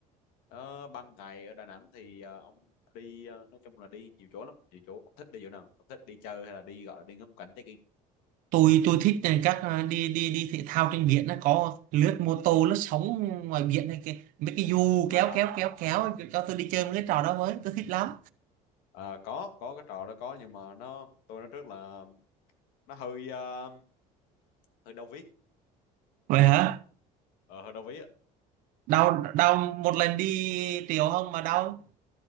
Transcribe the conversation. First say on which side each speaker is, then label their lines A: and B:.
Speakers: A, on the left (about 90°); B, on the right (about 65°).
A: Ờ, ban ngày ở Đà Nẵng thì ờ, ông đi ờ, nói chung là đi nhiều chỗ lắm nhiều chỗ ông thích đi chỗ nào ông thích đi chơi hay là đi gọi là đi ngắm cảnh check in
B: tôi tôi thích các ờ, đi đi đi thể thao trên biển nó có lướt mô tô lướt sóng ngoài biển này cái mấy cái dù
A: à,
B: kéo kéo kéo kéo cho tôi đi chơi mấy cái trò đó mới tôi thích lắm
A: à, có có cái trò đó có nhưng mà nó tôi nói trước là nó hơi ờ, hơi đau ví
B: vậy hả
A: ờ, hơi đau ví á.
B: đau đau một lần đi triệu không mà đau